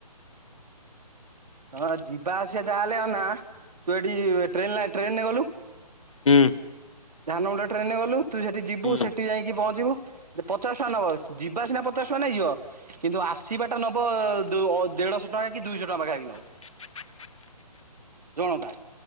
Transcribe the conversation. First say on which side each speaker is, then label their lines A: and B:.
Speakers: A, on the right (about 75°); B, on the left (about 55°).
A: ହଁ, ଯିବା ଆସିବା ଯାହାହେଲେ ଆଉ ନା, ତୁ ଏଠି ଟ୍ରେନଲେ ଟ୍ରେନରେ ଗଲୁ
B: ହୁଁ।
A: ଧାନମୁଣ୍ଡା ଟ୍ରେନରେ ଗଲୁ, ତୁ ସେଠି ଯିବୁ
B: ହଁ
A: ସେଠି ଯାଇଁକି ପହଞ୍ଚିବୁ ପଚାଶ ଟଙ୍କା ନବ, ଯିବା ସିନା ପଚାଶ ଟଙ୍କା ନେଇଯିବ କିନ୍ତୁ ଆସିବାଟା ନବ, ଦୋ ଦେଢଶହ ଟଙ୍କା କି ଦୁଇଶହ ଟଙ୍କା ପାଖାପାଖି ନବ।
B: <inaudible>
A: ଜଣକା,